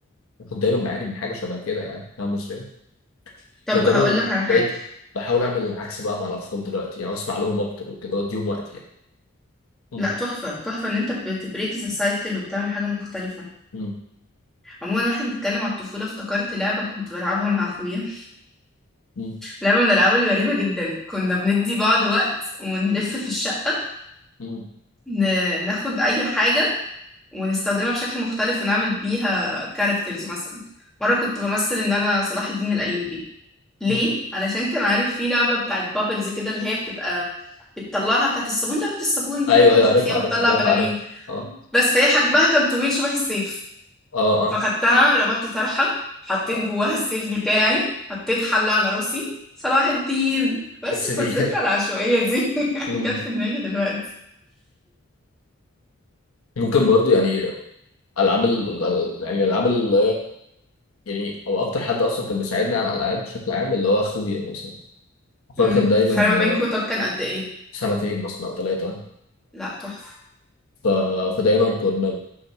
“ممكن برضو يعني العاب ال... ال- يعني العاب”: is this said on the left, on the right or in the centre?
Left